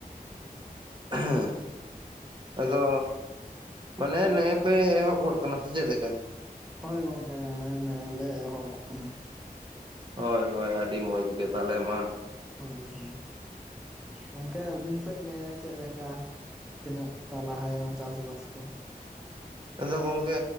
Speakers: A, on the right; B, in the centre.
A: ᱦᱮᱸ ᱟᱫᱚ ᱢᱟᱱᱮ ᱱᱮᱜ ᱮ ᱯᱮ ᱮᱦᱚᱵ ᱜᱚᱫ ᱟᱠᱟᱱᱟ ᱥᱮ ᱪᱮᱫ ᱞᱮᱠᱟ
B: ᱦᱳᱭ ᱜᱚᱝᱠᱮ ᱱᱮᱜ ᱮ ᱞᱮ ᱮᱦᱚᱵᱚᱜ ᱠᱟᱱᱟ
A: ᱦᱳᱭ ᱦᱳᱭ ᱟᱹᱰᱤ ᱢᱚᱡᱽ ᱜᱮ ᱛᱟᱦᱞᱮ ᱢᱟ
B: ᱦᱳᱭ ᱦᱳᱭ ᱜᱚᱝᱠᱮ ᱟᱹᱵᱤᱱ ᱥᱮᱫ ᱜᱮ ᱪᱮᱫ ᱞᱮᱠᱟ ᱛᱤᱱᱟᱹᱜ ᱴᱟ ᱞᱟᱦᱟᱭᱮᱱᱟ ᱪᱟᱥ ᱵᱟᱥ ᱠᱚ
A: ᱟᱫᱚ ᱜᱚᱝᱠᱮ